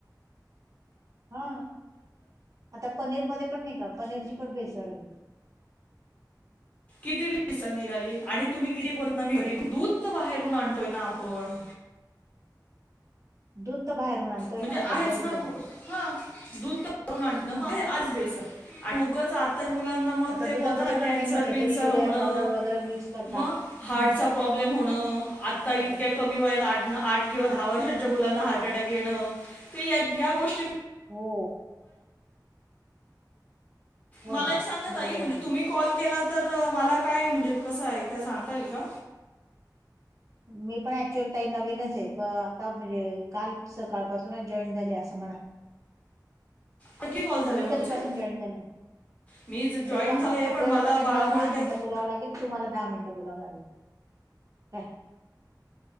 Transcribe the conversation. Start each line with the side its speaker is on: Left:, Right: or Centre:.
Right: हा आता पनीर मध्ये पण नाही का पनीरची पण भेसळ आहे.
Left: किती भेसळ निघाली आणि तुम्ही किती बोलता ना मी घरी दूध तर बाहेरून आणतोय ना आपण.
Right: दूध तर बाहेरून आणतोय
Left: म्हणजे
Right: ना आपण
Left: आहेच
Right: बरोबर आहे
Left: कु-
Right: ना.
Left: हा दूध त आणत
Right: हम्म
Left: महे आज भेसळ आणि उगच आ तर मुलांना मग
Right: आता
Left: ते
Right: दुधामध्ये
Left: बोलत ना
Right: पण
Left: कॅन्सर
Right: नाही म्हटलं
Left: बिन्सर
Right: तरी युरिया
Left: होणं
Right: पावडर वगैरे मिक्स करता
Left: मग
Right: हम्म
Left: हार्टचा प्रॉब्लेम होणं, आत्ता
Right: नाही
Left: इतक्या
Right: का
Left: कमी वयात आठ आठ
Right: हं.
Left: किंवा दहा वर्षच्या मुलांना हार्ट अटॅक येणं. ते यात या गोष्टी
Right: हो हो
Left: मला
Right: ना
Left: एक सांगा
Right: बरोबर
Left: ताई म्हणजे
Right: आहे ना
Left: तुम्ही कॉल केला तर मला काय म्हणजे कसं आहे काय सांगता येईल का?
Right: मी पण ऍक्च्युअल ताई नवीनच आहे. प आता म्हणजे काल सकाळपासूनच जॉईन झाले असं म्हणा
Left: किती कॉल झाले
Right: तुम्ही
Left: मग
Right: कधीपसून
Left: तुझे
Right: जॉईन झाल्या?
Left: मी जॉईन
Right: अरे वाह!
Left: झाले आहे
Right: आपल्याला
Left: पण
Right: तर काय
Left: बाळामुळे
Right: मला दहा
Left: काय
Right: मिनटं बोलावं लागेल. तुम्हाला दहा मिनटं बोलावं लागेल. काय